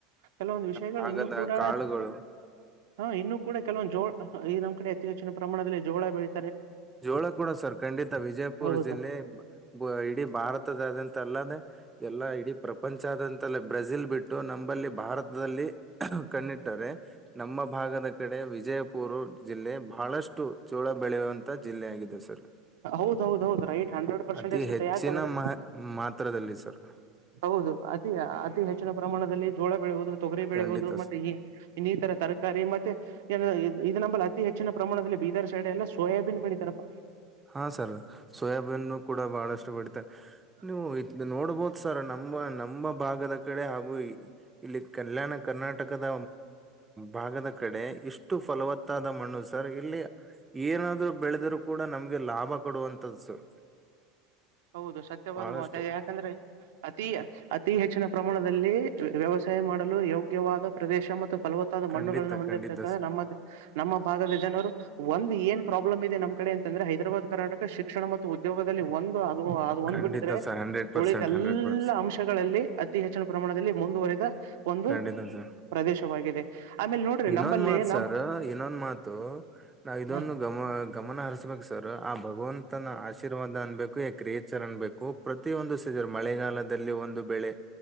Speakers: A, on the right; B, on the right.
A: ಕೆಲವೊಂದು ವಿಷಯಗಳು
B: ನಮ್ ಭಾಗದ
A: ಇನ್ನು ಕೂಡ
B: ಕಾಳುಗಳು
A: ಹಾ ಇನ್ನು ಕೂಡ ಕೆಲವೊಂದು ಜೋಳ ಈ ನಮ್ ಕಡೆ ಅತಿ ಹೆಚ್ಚಿನ ಪ್ರಮಾಣದಲ್ಲಿ ಜೋಳ ಬೆಳೀ
B: ಜೋಳ ಕೂಡ ಸರ್ ಖಂಡಿತ ವಿಜಯಪುರ
A: ಹೌದು
B: ಜಿಲ್ಲೆ ಇಡೀ ಭಾರತದತ್ಯಂತ ಇದು ಅಲ್ಲದೆ ಎಲ್ಲಾ ಇಡೀ ಪ್ರಪಂಚದಾದಂತಲ್ಲಿ ಬ್ರೆಜಿಲ್ ಬಿಟ್ಟು ನಮಲ್ಲಿ ಭಾರತದಲ್ಲಿ ಕಣ್ಣಿಟ್ಟರೆ ನಮ್ಮ ಭಾಗದ ಕಡೆ ವಿಜಯಪುರ ಜಿಲ್ಲೆ ಬಹಳಷ್ಟು ಚೋಳ ಬೆಳೆಯುವಂತ ಜಿಲ್ಲೆ ಆಗಿದೆ ಸರ್
A: ಹೌದ್ ಹೌದ ಹೌದ ರೈಟ್ ಹಂಡ್ರೆಡ್ ಪರ್ಸೆಂಟ್
B: ಅತಿ
A: ಸತ್ಯ
B: ಹೆಚ್ಚಿನ
A: ಯಾಕಂದ್ರೆ
B: ಮಹ ಮಾತ್ರದಲ್ಲಿ ಸರ್
A: ಹೌದು ಅತಿ ಅತಿ ಹೆಚ್ಚಿನ ಪ್ರಮಾಣದಲ್ಲಿ ಜೋಳ ಬೆಳೆಯುವುದು ತೊಗರಿ ಬೆಳೆಯುವುದು
B: ಖಂಡಿತ ಸ
A: ಮತ್ತೆ ಈ ಇನ್ನಿತರ ತರಕಾರಿ ಮತ್ತೆ ಇದ ನಮ್ಮಲ್ಲಿ ಅತಿ ಹೆಚ್ಚಿನ ಪ್ರಮಾಣದಲ್ಲಿ ಬೀದಾರ್ ಸೈಡ್ ಎಲ್ಲ ಸೋಯಾಬೀನ್ ಬೆಳೀತಾರಪ್ಪಾ
B: ಹಾ ಸರ್ ಸೋಯಾಬೀನ್ ಕೂಡ ಬಹಳಷ್ಟು ಬೆಳಿತಾರೆ
A: <inaudible>
B: ನೀವು ನೋಡ್ಬೋದು ಸರ್ ನಮ್ಮ ನಮ್ಮ ಭಾಗದ ಕಡೆ ಹಾಗೂ ಇಲ್ಲಿ ಕಲ್ಯಾಣ ಕರ್ನಾಟಕದ ಭಾಗದ ಕಡೆ ಇಷ್ಟು ಫಲವತ್ತಾದ ಮಣ್ಣು ಸರ್ ಇಲ್ಲಿ ಏನಾದ್ರು ಬೆಳೆದ್ರು ಕೂಡ ನಮ್ಗೆ ಲಾಭ ಕೊಡುವಂತದ್ದ ಸರ್
A: ಹೌದು ಸತ್ಯವಾದ
B: ಬಹಳಷ್ಟು
A: ಮಾತ ಯಾಕಂದ್ರೆ ಅತಿ ಅತಿ ಹೆಚ್ಚಿನ ಪ್ರಮಾಣ ವ್ಯವಸಾಯ ಮಾಡಲು ಯೋಗ್ಯವಾದ ಪ್ರದೇಶ ಮತ್ತು ಫಲವತ್ತಾದ
B: ಖಂಡಿತ
A: ಮಣ್ಣುಗಳನ್ನು ಹೊಂದಿರುತ್ತದೆ
B: ಖಂಡಿತ ಸರ್
A: ನಮ್ಮ ನಮ್ಮ ಭಾಗದ ಜನರು ಒಂದು ಏನ್ ಪ್ರಾಬ್ಲಮ್ ಇದೆ ನಮ್ ಕಡೆ ಅಂತಂದ್ರೆ ಹೈದರಾಬ್ ಕರ್ನಾಟಕ ಶಿಕ್ಷಣ ಮತ್ತು ಉದ್ಯೋಗದಲ್ಲಿ ಒಂದು ಅದು ಒಂದ್
B: ಖಂಡಿತ
A: ಬಿಟ್ಟಿದ್ರೆ
B: ಸರ್ ಹಂಡ್ರೆಡ್ ಪರ್ಸೆಂಟ್
A: ಉಳಿದ ಎಲ್ಲ
B: ಹಂಡ್ರೆಡ್ ಪರ್ಸೆಂಟ್
A: ಅಂಶಗಳಲ್ಲಿ ಅತಿ ಹೆಚ್ಚಿನ ಪ್ರಮಾಣದಲ್ಲಿ ಮುಂದುವರಿದ ಒಂದು
B: ಖಂಡಿತ ಸರ್
A: ಪ್ರದೇಶವಾಗಿದೆ ಆಮೇಲೆ ನೋಡ್ರಿ
B: ಇನ್ನೊಂದ್
A: ನಂಬಲ್ಲಿ
B: ಮಾತ್
A: ನಮ್
B: ಸರ್ ಇನ್ನೊಂದ್ ಮಾತು ನಾ ಇದೊಂದು
A: ಹ
B: ಗಮನ ಹರಿಸ್ಬೇಕು ಸರ್ ಆ ಭಗವಂತನ ಆಶೀರ್ವಾದ ಅನ್ಬೇಕು ಯ ಕ್ರಿಯೇಚರ್ ಅನ್ಬೇಕು ಪ್ರತಿಯೊಂದು ಮಳೆಗಾಲದಲ್ಲಿ ಒಂದು ಬೆಳೆ